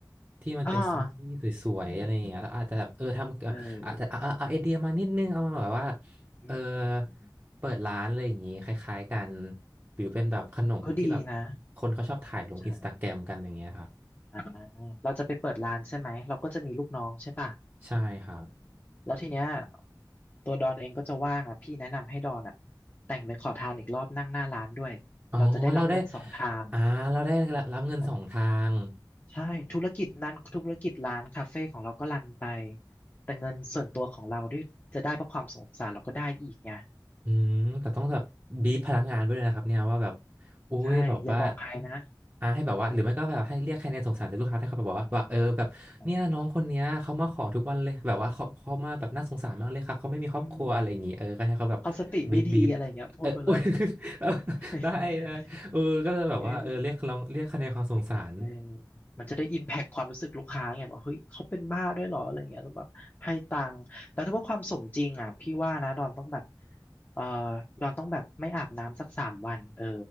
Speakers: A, on the right; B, on the left.
A: ที่มันเป็นสมูทตี้สวยๆอะไรอย่างเงี้ยแล้วอาจจะแบบเออทำแบบอาจจะเอาเอาไอเดียมานิดนึงเอามาแบบว่า
B: อ่าอืมเอออืมอืมอืม
A: เออ เปิดร้านอะไรอย่างนี้คล้ายๆกันหรือเป็นแบบขนมที่แบบ
B: ก็ดีนะ
A: คนเขาชอบถ่ายลงอินสตาแกรมกันอย่างเงี้ยครับ
B: ใช่อ่าเราจะไปเปิดร้านใช่ไหมเราก็จะมีลูกน้องใช่ป่ะ
A: ใช่ครับ
B: แล้วทีเนี้ยตัวดอนเองก็จะว่างอ่ะพี่แนะนำให้ดอนอ่ะแต่งเป็นขอทานอีกรอบนั่งหน้าร้านด้วยเราจะได้รับเงินสองทาง
A: อ๋อเราได้อ่าเราได้รับเงินสองทาง
B: อ่าใช่ธุรกิจนั้นธุรกิจร้านคาเฟ่ของเราก็รันไปแต่เงินส่วนตัวของเราที่จะได้เพราะความสงสารเราก็ได้อีกไง
A: อืมแต่ต้องแบบบีบพลังงานไว้ด้วยนะครับเนี่ยว่าแบบอุ้ยแบบว่า
B: ใช่อย่าบอกใครนะ
A: อ่าให้แบบว่าหรือไม่ก็แบบให้เรียกคะแนนสงสารจากลูกค้าถ้าเขาแบบว่าว่าเออแบบเนี่ยน้องคนเนี้ยเขามาขอทุกวันเลยแบบว่าเขาเขามาแบบน่าสงสารมากเลยค่ะเขาไม่มีครอบครัวอะไรอย่างงี้เออก็ให้เขาแบบ
B: เอออืมเขาสติไม่ดีอะไรอย่างเงี้ยพูดไปเลย
A: บีบบีบเออ <laughs> อุ้ย <laughs>
B: <laughs>
A: ได้ได้เออก็จะแบบว่าเออเรียกลองเรียกคะแนนความสงสาร
B: เออ เออมันจะได้อิมแพคความรู้สึกลูกค้าไงบอกเฮ้ยเขาเป็นบ้าด้วยเหรออะไรเงี้ยต้องแบบให้ตังค์แต่ถ้าว่าความสมจริงอ่ะพี่ว่านะดอนต้องแบบเออดอนต้องแบบไม่อาบน้ำสักสามวันเออ